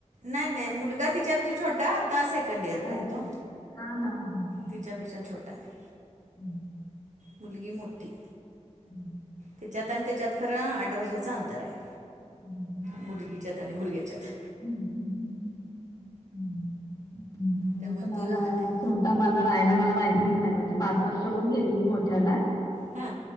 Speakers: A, on the right; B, on the left.
A: नाही नाही मुलगा तिच्यापेक्षा छोटा आता सेकंड इयरला
B: अच्छा
A: आहे तो.
B: हा हा हा,
A: तिच्यापेक्षा छोटा आहे.
B: हू
A: मुलगी मोठी.
B: हू,
A: तीच्यात आणि त्याच्यात खरं आठ वर्षाचं अंतर आहे.
B: हू,
A: मुलगीच्यात आणि मुलग्याच्यात.
B: हू हू हू हू हू हू, हू हू, माझं
A: त्यामुळे
B: पण
A: तो लहान
B: आ
A: आहे
B: छोटा माझा राहायला मला माहितीच नाही म तो पाच वर्ष होऊन गेलेली मोठ्याला,
A: हा.